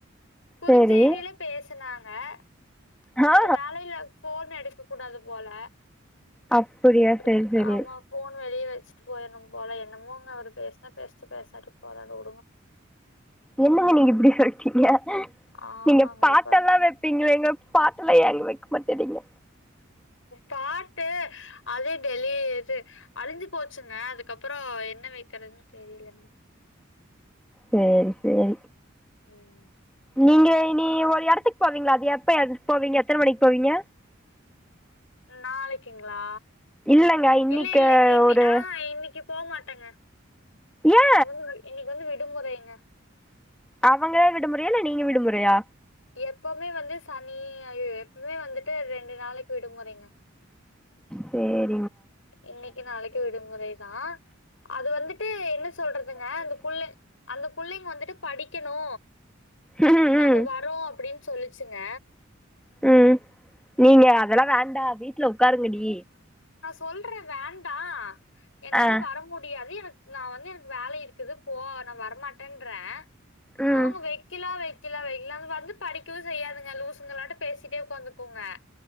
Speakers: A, on the left; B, in the centre.
A: குறுஞ்செய்தில
B: சேரி
A: பேசனாங்க ஆஹ
B: ஆ
A: அது வேலைல ஃபோன் எடுக் க்க கூடாது போல
B: அப்டியா
A: இப்ப
B: சேரி சேரி
A: ஆமா ஃபோன் வெளியே வச்சுட்டு போயிடணு போல என்னமோங்க அவரு பேசினா பேசிட்டு பேசாட்டு போறாரு விடுங்க
B: என்னங்க நீங்க இப்படி சொல்லிட்டீங்க
A: ஆமாங்க
B: நீங்க பாட்ட
A: அப்ப
B: எல்லா வைப்பீங்களே பாட்ட எல்லா ஏன் வைக்க மாட்டேறீங்க
A: பாட்டு அதே டெலி இது அழிஞ்சு போச்சுங்க அதுக்கப்ரோ என்ன வைக்கிறதுன்னு தெரியலங்க
B: சேரி சேரி
A: உம்
B: நீங்க இனி ஒரு இடத்துக்கு போவீங்களா அது எப்ப போவீங் எத்தனை மணிக்கு போவீங்க
A: நாளைக்குங்களா
B: இல்லங்க இன்னைக்கு
A: இல்ல இல்லைங்க இன்னி
B: ஒரு
A: ஆஹா இன்னைக்கு போக மாட்டேங்க
B: ஏ
A: வந்து இன்னைக்கு வந்துட்டு விடுமுறைங்க
B: அவங்க விடுமுறையா இல்ல நீங்க விடுமுறையா
A: எப்பவுமே வந்து சனி எப்பவுமே வந்துட்டு ரெண்டு நாளைக்கு விடுமுறைங்க
B: சேர்
A: இன்னைக்கு நாளைக்கு விடுமுறைதா அது வந்துட்டு என்ன சொல்றதுங்க அது குள்ள அது புள்ளைங்க வந்துட்டு படிக்கணு
B: ம் ம்
A: நாங்க வரோ அப்படின் சொல்லிச்சுங்க
B: உம் நீங்க அதெல்லாம் வேண்டாம் வீட்டுல உட்காருங்கடி
A: சொல்ற வேண்டாம் என்னாலும்
B: ஆ
A: வர முடியாது எனக்கு நான் வந்து எனக்கு வேலை இருக்குது போ நான் வரமாட்டேன்றறேன்
B: ம்
A: அவங்க வெக்கிலா வெ கிலா வெங்கிலா வந்து படிக்கவும் செய்யாதுங்க லூசுங்களாட்ட பேசிட்டே உக்காந்துக்கோங்க